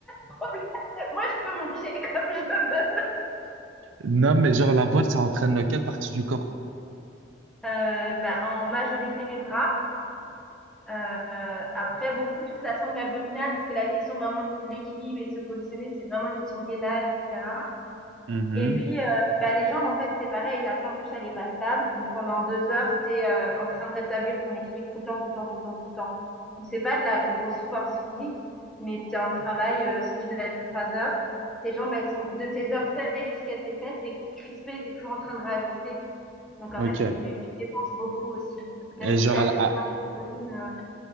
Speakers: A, in the centre; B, on the right.
A: le problème. Moi, je peux manger <laughs> comme je veux.
B: Non, mais genre, la voile, ça entraîne quelle partie du corps?
A: Euh, bah, en majorité, les bras. Euh, après, beaucoup toute la sangle abdominale, parce que la question vraiment de l'équilibre et de se positionner, c'est vraiment une question de gainage, etc.
B: Mhm.
A: Et puis, euh, bah, les jambes, en fait, c'est pareil, la planche, elle est pas stable. Donc, pendant deux heures, tu es en train de rétablir ton équilibre tout le temps, tout le temps, tout le temps, tout le temps. Donc, c'est pas de la grosse force physique, mais tu es en travail, euh, si tu navigues trois heures, tes jambes, elles sont de tes orteils jusqu'à tes fesses, t'es crispé, t'es toujours en train de réajuster. Donc, en
B: Ok.
A: fait, tu, dé- tu dépenses beaucoup aussi, même
B: Et
A: si
B: genre,
A: ça
B: à la,
A: fait
B: à,
A: pas de volume, euh.